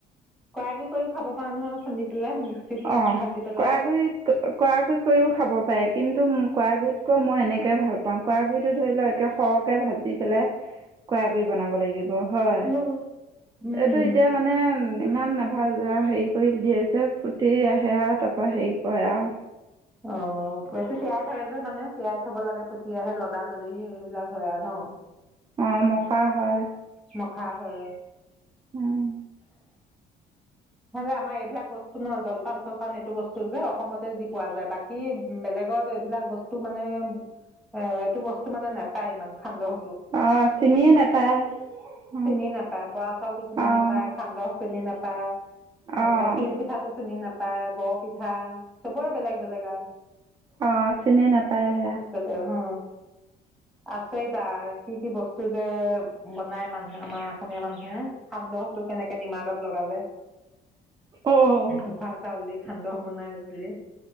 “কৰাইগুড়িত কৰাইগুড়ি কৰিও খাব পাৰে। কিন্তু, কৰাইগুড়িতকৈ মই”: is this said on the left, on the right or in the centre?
Right